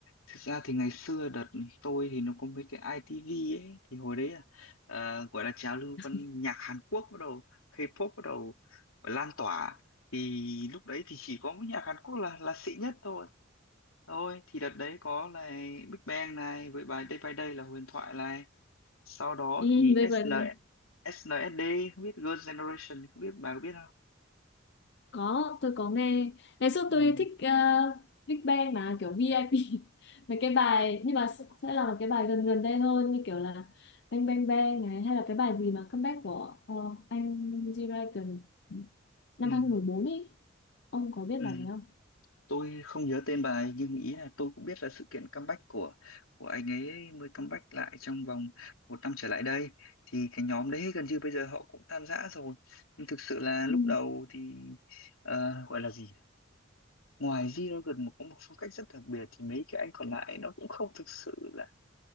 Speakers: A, on the left (about 85°); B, on the left (about 55°).
A: Thực ra thì ngày xưa đợt tôi thì nó có mấy cái ITV ấy thì hồi đấy là ờ, gọi là trào lưu
B: <laughs>
A: văn nhạc Hàn Quốc bắt đầu K-pop bắt đầu lan tỏa thì lúc đấy thì chỉ có cái nhạc Hàn Quốc là là xịn nhất thôi. Thôi thì đợt đấy có là Big Bang này với bài Day by Day là huyền thoại này. Sau đó
B: Ừ,
A: thì
B: đây
A: SN
B: vậy
A: SNSD không biết Girls' Generation không biết bà có biết không?
B: Có, tôi có nghe. Ngày xưa
A: Ừ,
B: tôi thích uh, Big Bang mà kiểu VIP. <laughs> Mấy cái bài nhưng mà s- sẽ là một cái bài gần gần đây hơn như kiểu là Bang Bang Bang này hay là cái bài gì mà comeback của ờ, anh G-Dragon
A: ừ,
B: năm hai nghìn mười bốn ấy. Ông có biết
A: ừ.
B: bài này không?
A: tôi không nhớ tên bài nhưng ý là tôi cũng biết là sự kiện comeback của của anh ấy mới comeback lại trong vòng một năm trở lại đây thì cái nhóm đấy gần như bây giờ họ cũng tan rã rồi nhưng thực sự là lúc
B: Ừ,
A: đầu thì ờ, gọi là gì ngoài Zero gần một có một phong cách rất đặc biệt thì mấy cái anh còn lại nó cũng không thực sự là